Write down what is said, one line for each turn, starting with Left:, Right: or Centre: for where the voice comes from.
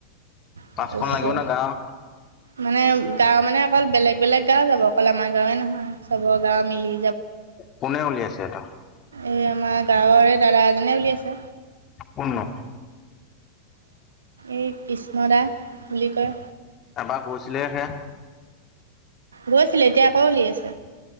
Left: পাঁচখন
Right: তাৰপিছত
Left: লাগিব না গাওঁ।
Right: মানে গাঁও মানে অকল বেলেগ বেলেগ গাঁও যাব অকল আমাৰ গাঁওৱেই‌ নহয় চবৰ গাঁও মিলি,
Left: কোনে উলিয়াইছে এইটো
Right: এই আমাৰ গাঁওৰে দাদা এজনে উলিয়াইছে।
Left: কোন নো?
Right: এই কৃষ্ণ দা বুলি কয়।
Left: এবাৰ গৈছিলেহে হে
Right: গৈছিলে এতিয়া আকৌ উলিয়াইছে